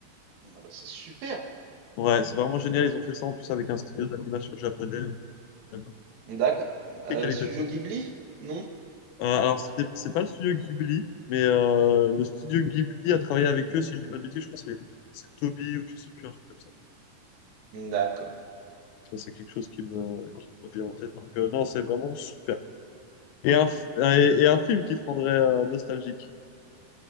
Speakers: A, on the right; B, on the left.
A: Ah bah, c'est super.
B: Ouais, c'est vraiment génial. Ils ont fait ça en plus avec un studio d'animation japonais euh,
A: D'accord. Euh,
B: très qualitatif.
A: Studio Ghibli? Non?
B: Euh, alors, c'était- c'est pas le studio Ghibli, mais euh, le studio Ghibli a travaillé avec eux, si je dis pas de bêtises, je crois que c'est c'est Toby ou je sais plus, un truc comme ça.
A: D'accord.
B: Bon, C'est quelque chose qui me, qui me revient en tête. Donc, euh, non, c'est vraiment super. Et un, f- et, et un film qui te rendrait euh, nostalgique.